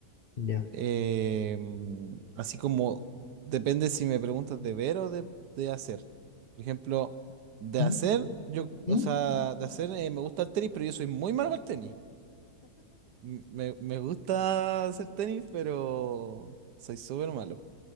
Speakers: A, on the left; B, on the right.
A: Ya.
B: Eh, mm, así como depende si me preguntas de ver o de, de hacer. Por ejemplo, de
A: ¿Mm?
B: hacer, yo, o
A: ¿Mm?
B: sea, de hacer eh, me gusta el tenis, pero yo soy muy malo para el tenis. M- Me, me gusta hacer tenis, pero soy súper malo.